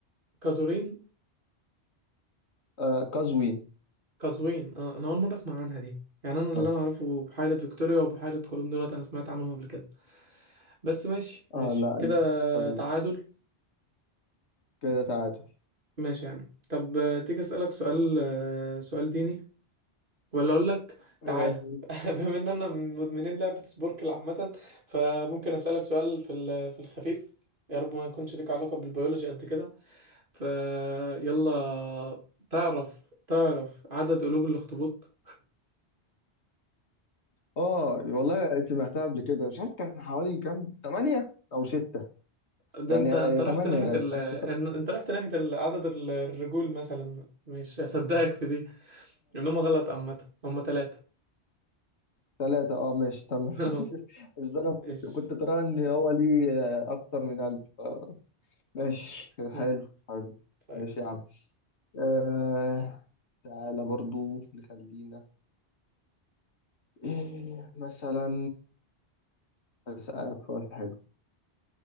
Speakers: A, on the right; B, on the left.
A: قزورين
B: آه قزوين
A: قزوين اه انا اول مرة اسمع عنها دي يعني انا اللي
B: آه.
A: انا اعرفه بحيرة فيكتوريا وبحيرة قارون دولت انا سمعت عنهم قبل كده بس ماشي ماشي
B: اه لا
A: كده
B: قزوين
A: تعادل
B: كده تعادل
A: ماشي يا عم طب آه، تيجي اسألك سؤال آه، سؤال ديني ولا اقول لك
B: اه
A: تعالى <laughs> بما ان انا من مدمنين لعبة سبوركل عامة فممكن اسألك سؤال في ال- في الخفيف يا رب ما يكونش ليك علاقة بالبيولوجي قد كده فيلا تعرف تعرف عدد قلوب الاخطبوط
B: آه، والله سمعتها قبل كده مش عارف كان حوالي كام تمانية او ستة
A: ده
B: يعني
A: انت انت
B: آه
A: رحت
B: تمانية
A: ناحية
B: غالبا
A: ال... إن- انت رحت ناحية ال- عدد ال- الرجول مثلا مش هصدقك في دي انهم غلط عامة هم ثلاثة
B: ثلاثة اه ماشي تمام
A: <laughs>
B: <laughs> بس ده انا كنت
A: ايش
B: كنت قارئ ان هو ليه آه، اكتر من قلب آه ماشي حلو
A: مم.
B: حلو
A: طيب
B: ماشي يا عم آه تعالى برضو نخلينا إيه مثلا أسألك سؤال حلو